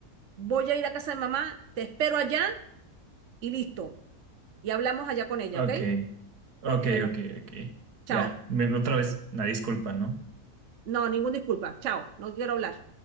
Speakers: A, on the right (about 55°); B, on the right (about 80°).
A: Voy a ir a casa de mamá, te espero allá y listo. Y hablamos allá con ella,
B: ok,
A: ¿ok?
B: ok,
A: Bueno,
B: ok, ok.
A: chao.
B: Ya, me- otra vez, una disculpa, ¿no?
A: No, ninguna disculpa. Chao, no quiero hablar.